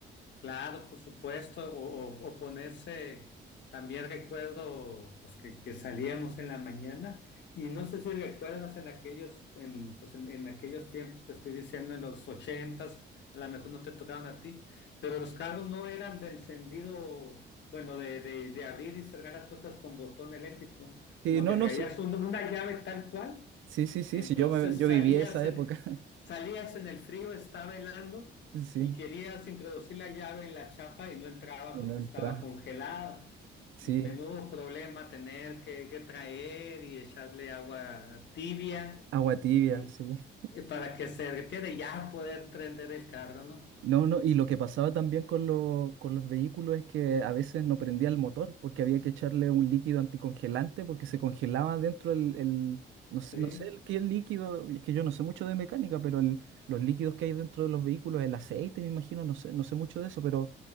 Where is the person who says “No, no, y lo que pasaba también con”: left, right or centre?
Right